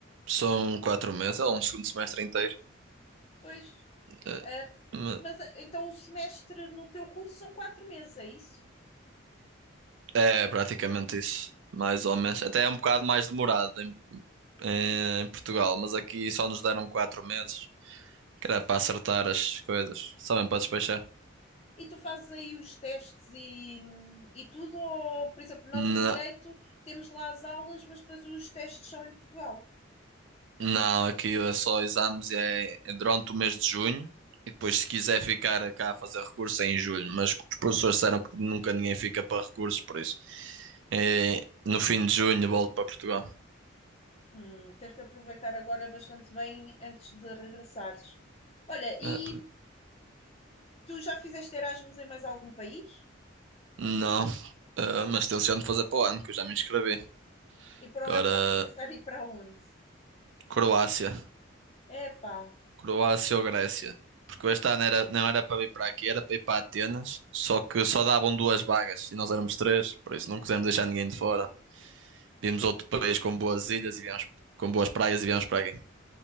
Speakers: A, on the right; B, on the left.
A: São quatro meses, é um segundo semestre inteiro.
B: Pois,
A: Eh,
B: Ah,
A: Me-
B: mas ah, então o semestre no teu curso são quatro meses, é isso?
A: É praticamente isso, mais ou menos. Até é um bocado mais demorado em, eh, em Portugal, mas aqui só nos deram quatro meses, que era para acertar as coisas, só mesmo para despachar.
B: E tu fazes aí os testes e, e tudo? Ou, por exemplo, nós
A: Não,
B: em Direito temos lá as aulas, mas depois os testes são em Portugal.
A: não, aqui é só exames é, é durante o mês de junho e depois se quiser ficar cá a fazer recurso é em julho, mas os professores disseram que nunca ninguém fica para recursos, por isso é, no fim de junho volto para Portugal.
B: Hum, tens que aproveitar agora bastante bem antes de regressares. Olha, e
A: É, pá.
B: tu já fizeste Erasmus em mais algum país?
A: Não, ah, mas tenciono fazer para o ano, que eu já me inscrevi.
B: E para
A: Agora,
B: o ano estás a pensar em ir para onde?
A: Croácia.
B: Epá,
A: Croácia ou Grécia? Porque este ano era, não era para vir para aqui, era para ir para Atenas. Só que só davam duas vagas e nós éramos três, por isso não quisemos deixar ninguém de fora. Vimos outro país com boas ilhas e viemos, com boas praias e viemos para aqui.